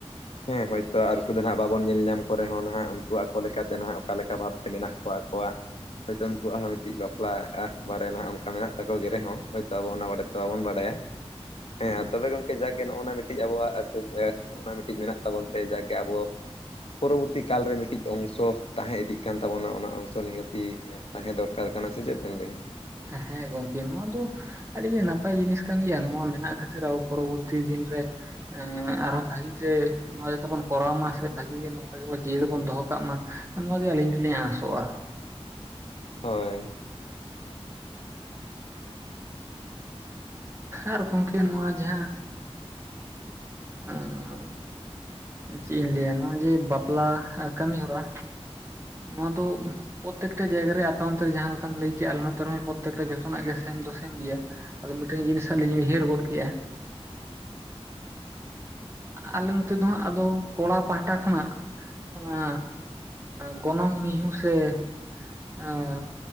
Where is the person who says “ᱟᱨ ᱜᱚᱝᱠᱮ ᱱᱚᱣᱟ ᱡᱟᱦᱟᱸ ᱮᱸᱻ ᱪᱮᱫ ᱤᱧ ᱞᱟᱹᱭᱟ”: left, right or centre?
Right